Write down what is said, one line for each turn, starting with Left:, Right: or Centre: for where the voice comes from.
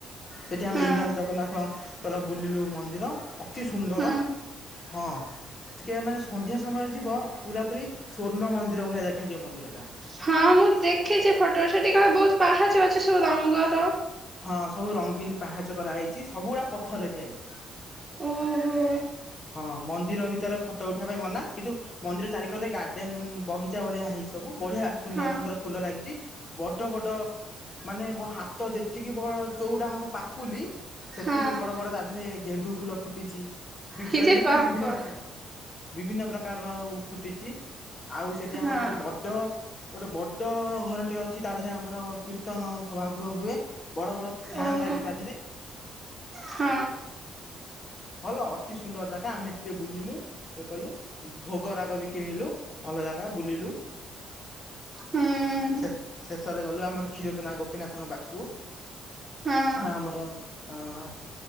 Left: ସେଠି ଆମେ
Right: ହଁ
Left: ଇବାମ୍ ଜଗନ୍ନାଥ। ହଁ ତର ବୁଲିଲୁ ମନ୍ଦିର ଅତି ସୁନ୍ଦର
Right: ହଁ
Left: ହଁ। ସେଠିକି ଟିକେ ଏ ମାନେ ସନ୍ଧ୍ୟା ସମୟରେ ଯିବ ପୁରା ପୁରି ସ୍ଵର୍ଣ୍ଣ ମନ୍ଦିର ଭଳିଆ ଦେଖାଯିବ ମନ୍ଦିରଟା।
Right: ହଁ ମୁଁ ଦେଖିଚି ଫଟରେ ସେଠି କାଳେ ବହୁତ ପାହାଚ ଅଛି ସବୁ ରଙ୍ଗର।
Left: ହଁ ସବୁ ରଙ୍ଗୀନ୍ ପାହାଚ କରାହେଇଚି ସବୁଗୁଡା ପଥରରେ ତିଆରି।।
Right: ଓ ହୋ।
Left: ହଁ ମନ୍ଦିର ଭିତର ଫଟ ଉଠେଇବା ପାଇଁ ମନା କିନ୍ତୁ ମନ୍ଦିର ଚାରିିକରରେ ଗାର୍ଡ଼େନ ବଗିଚା ଭଳିଆ ହେଇଚି ସବୁ ବଢ଼ିଆ ସୁନ୍ଦର
Right: ହଁ
Left: ସୁନ୍ଦର ଫୁଲ ଲାଗିଚି। ବଡ ବଡ ମାନେ ମୋ ହାତ ଯେତିକି ବଡ ଚଉଡା ହବ ପାପୁଲି ସେତିକି
Right: ହଁ
Left: ବଡ ବଡ ତା ଦେହରେ ଗେଣ୍ଡୁ ଫୁଲ ଫୁଟିଚି
Right: ହିରେ
Left: ଗେଣ୍ଡୁ
Right: ବାପ
Left: ପୁଣି ବିଭିନ୍ନ ପ୍ରକାରର। ବିଭିନ୍ନ ପ୍ରକାରର ଫୁଟିଚି ଆଉ ସେଠି
Right: ହଁ
Left: ଆମର ଗୋଟେ ବଡ ଗୋଟେ ବଡ ଘରଟେ ଅଛି ତା ଦେହରେ ଆମର କୀର୍ତ୍ତନ ସଭାଗୃହ ହୁଏ। ବଡ ବଡ ଫ୍ୟାନ୍
Right: ଓହୋ
Left: ଲାଗି ତା ଦେହରେ
Right: ହଁ।
Left: ଭଲ ଅତି ସୁନ୍ଦର ଜାଗା ଆମେ ହେଠି ଟିକେ ବୁଲିଲୁ ଇଏ କଲୁ ଭୋଗରା ଲବି କିଣିଲୁ ଭଲ ଜାଗା ବୁୁଲିଲୁ
Right: ହୁଁ।
Left: ସେ ଶେଷ ଥରେ ଗଲୁ ଆମର କ୍ଷୀରଚନା ଗୋପୀନାଥଙ୍କ ପାଖୁ
Right: ହଁ
Left: ଆମର ଅଁ